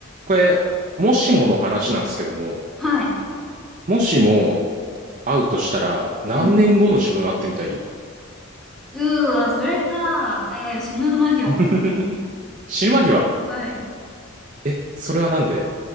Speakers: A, on the right; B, in the centre.
A: これ、もしもの話なんですけども、
B: はい。
A: もしも会うとしたら何年後の自分会ってみたい
B: うん。うーわ、それか。えー、死ぬ間際かな。
A: <laughs> 死ぬ間際。
B: はい。
A: え、それはなんで